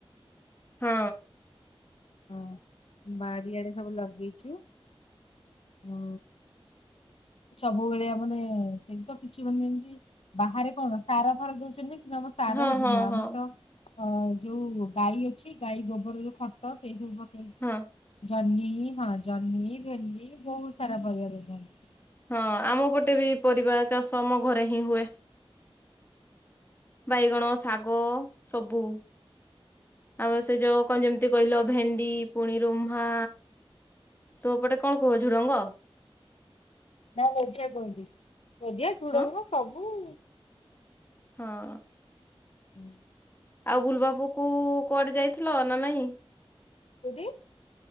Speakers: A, on the left; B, on the left.
A: ହଁ।
B: ହଁ ବାଡିଆଡେ ସବୁ ଲଗେଇଛୁ। ଉଁ, ସବୁବେଳେ ଆ ମାନେ <unintelligible> ବାହାରେ କଣ ସାର ଫାର ଦଉଛନ୍ତି। ନମସ୍ ସାର
A: ହଁ
B: ହେଠି
A: ହଁ
B: ନୁଆ ଆମର
A: ହଁ
B: ତ ଅ ଯୋଉ ଗାଈ ଅଛି ଗାଈ ଗୋବର ଯୋଉ ଖତ ସେଇ ସବୁ ପକେଇକି
A: ହଁ
B: ଜହ୍ନି ହଁ ଜହ୍ନି ଭେଣ୍ଡି ବହୁତ ସାରା ପରିବା ଲଗା ହେଇଚି।
A: ହଁ ଆମ ପଟେ ବି ପରିବା ଚାଷ ଆମ ଘରେ ହିଁ ହୁଏ। ବାଇଗଣ ଶାଗ ସବୁ। ଆମ ସେ ଯୋଉ କଣ ଯେମିତି କହିଲ ଭେଣ୍ଡି ପୁଣି ରୁହ୍ମା। ତୋପଟେ କଣ କୁହ ଝୁଡ଼ଙ୍ଗ।
B: ନା ନୋଧିଆ କୁହନ୍ତି ନଧିଆ ଝୁଡଙ୍ଗ
A: ହଁ
B: ସବୁ।
A: ହଁ।
B: ହୁଁ
A: ଆଉ ବୁଲିବାବୁ କୁ କୁଆଡ଼େ ଯାଇଥିଲ ନା ନାଇଁ।
B: କୋଉଠି।